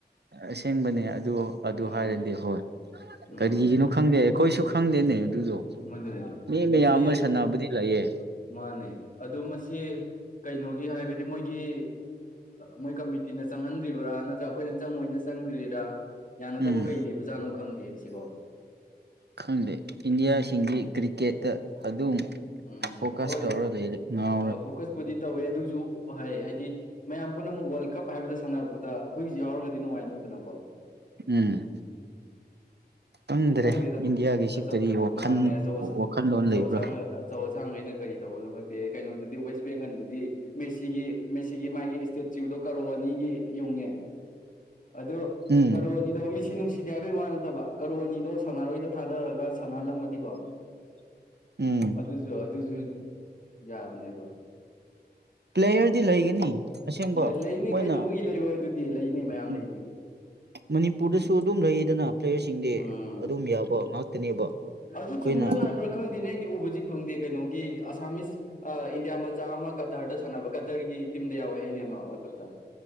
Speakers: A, on the right; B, on the left.
A: ꯑꯁꯦꯡꯕꯅꯦ ꯑꯗꯨ
B: ꯎꯝ
A: ꯑꯗꯨ ꯍꯥꯏꯔꯗꯤ ꯍꯣꯏ
B: ꯎꯝ
A: ꯀꯔꯤꯒꯤꯅꯣ ꯈꯪꯗꯦ ꯑꯩꯈꯣꯏꯁꯨ ꯈꯪꯗꯦꯅꯦ ꯑꯗꯨꯗꯣ
B: ꯃꯗꯨꯅꯦ
A: ꯃꯤ ꯃꯌꯥꯝ
B: ꯃꯁꯤ
A: ꯑꯃ ꯁꯥꯟꯅꯕꯗꯤ ꯂꯩꯌꯦ
B: ꯃꯥꯅꯦ ꯑꯗꯣ ꯃꯁꯤ ꯀꯩꯅꯣꯒꯤ ꯍꯥꯏꯕꯗꯤ ꯃꯣꯏꯒꯤ ꯃꯣꯏ ꯀꯃꯤꯇꯤꯅ ꯆꯪꯍꯟꯗ꯭ꯔꯤꯕ꯭ꯔꯥ ꯅꯠꯇ꯭ꯔꯒ ꯑꯩꯈꯣꯏꯅ ꯆꯪꯉꯣꯏꯅ ꯆꯪꯗ꯭ꯔꯤꯔꯥ ꯌꯥꯅꯗꯕ
A: ꯎꯝ
B: ꯀꯩ ꯂꯩꯕꯖꯥꯠꯅꯣ ꯈꯪꯗꯦ ꯁꯤꯀꯣ
A: ꯈꯪꯗꯦ ꯏꯟꯗꯤꯌꯥꯁꯤꯡꯗꯤ ꯀ꯭ꯔꯤꯀꯦꯠꯇ ꯑꯗꯨꯝ
B: ꯎꯝ
A: ꯐꯣꯀꯁ
B: ꯍꯣꯏ
A: ꯇꯧꯔ ꯂꯩꯔꯦ ꯉꯥꯎ
B: ꯑꯣ ꯐꯣꯀꯁꯄꯨꯗꯤ ꯇꯧꯋꯦ ꯑꯗꯨꯁꯨ ꯍꯥꯏꯗꯤ ꯃꯌꯥꯝ ꯄꯨꯝꯅꯃꯛ ꯋꯥꯔꯜ ꯀꯞ ꯍꯥꯏꯕꯗ ꯁꯥꯟꯅꯕ ꯗ ꯑꯩꯈꯣꯏꯒꯤꯖꯨ ꯌꯥꯎꯔꯒꯗꯤ ꯅꯨꯡꯉꯥꯏꯅꯤꯗꯅꯀꯣ
A: ꯎꯝ ꯈꯪꯗ꯭ꯔꯦ
B: ꯈꯪꯗꯦꯗ
A: ꯏꯟꯗꯤꯌꯥꯒꯤꯁꯤ
B: ꯑꯆꯧ
A: ꯀꯔꯤ ꯋꯥꯈꯜ
B: ꯃꯥꯅꯦ ꯑꯆꯧ
A: ꯋꯥꯈꯜꯂꯣꯟ ꯂꯩꯕ꯭ꯔꯥ
B: ꯑꯁꯥꯡ ꯑꯆꯧ ꯑꯁꯥꯡꯈꯩꯅ ꯀꯔꯤ ꯇꯧꯕꯅꯣ ꯈꯪꯗꯦ ꯀꯩꯅꯣꯗꯗꯤ ꯋꯦꯁ ꯕꯦꯡꯒꯜꯗꯗꯤ ꯃꯦꯁꯤꯒꯤ ꯃꯦꯁꯤꯒꯤ ꯃꯥꯒꯤ ꯏꯁ ꯆꯨꯗꯣ ꯀꯥꯔꯣ ꯑꯅꯤꯒꯤ ꯌꯨꯡꯉꯦ ꯑꯗꯨ
A: ꯎꯝ
B: ꯀꯥꯔꯣ ꯑꯅꯤꯗꯣ ꯃꯤꯁꯤ ꯅꯨꯡꯁꯤ ꯁꯤꯗꯦ ꯍꯥꯏꯕꯩ ꯋꯥ ꯅꯠꯇꯕ ꯀꯥꯔꯣ ꯑꯅꯤꯗꯣ ꯁꯥꯟꯅꯔꯣꯏꯗ ꯊꯥꯗꯔꯒ ꯁꯥꯟꯅꯍꯜꯂꯝꯃꯗꯤꯀꯣ
A: ꯎꯝ
B: ꯑꯗꯨꯖꯨ ꯑꯗꯨꯖꯨ ꯌꯥꯕꯅꯦꯕ
A: ꯄ꯭ꯂꯦꯌꯔꯗꯤ ꯂꯩꯒꯅꯤ ꯑꯁꯦꯡꯕ
B: ꯂꯩ ꯂꯩꯅꯤ
A: ꯃꯣꯏꯅ
B: ꯀꯩꯗꯧꯕꯒꯤ ꯂꯩꯔꯣꯏ ꯑꯗꯨꯗꯤ ꯂꯩꯅꯤ ꯃꯌꯥꯝ
A: ꯎꯝ
B: ꯂꯩꯅꯤ
A: ꯃꯅꯤꯄꯨꯔꯗꯁꯨ ꯑꯗꯨꯝ ꯂꯩꯗꯅ ꯄ꯭ꯂꯦꯌꯔꯁꯤꯡꯗꯤ
B: ꯎꯝ
A: ꯑꯗꯨꯝ ꯌꯥꯕ ꯉꯥꯛꯇꯅꯦꯕ
B: ꯑꯗꯨ
A: ꯑꯩꯈꯣꯏꯅ
B: ꯆꯨꯝꯕ꯭ꯔꯥ ꯂꯥꯟꯕ꯭ꯔꯥ ꯈꯪꯗꯦꯅꯦ ꯑꯩꯗꯤ ꯎꯕꯁꯤ ꯐꯪꯗꯦ ꯀꯩꯅꯣꯒꯤ ꯑꯁꯥꯃꯤꯁ ꯑꯥ ꯏꯟꯗꯤꯌꯥ ꯆꯆꯥ ꯑꯃ ꯀꯇꯥꯔꯗ ꯁꯥꯟꯅꯕ ꯀꯇꯔꯒꯤ ꯇꯤꯝꯗ ꯌꯥꯎꯋꯦ ꯍꯥꯏꯅꯦ ꯑꯃ ꯋꯥꯔꯜ ꯀꯞꯇ